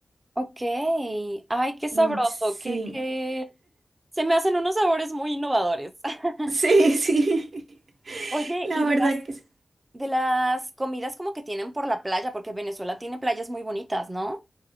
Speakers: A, on the right (about 20°); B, on the right (about 70°).
A: Ok, ay, qué sabroso,
B: Mm, Sí,
A: qué, qué... Se me hacen unos sabores muy innovadores. <laughs>
B: sí, <laughs> sí.
A: Oye,
B: La
A: y
B: verdad
A: de las,
B: que sí.
A: de las comidas como que tienen por la playa, porque Venezuela tiene playas muy bonitas, ¿no?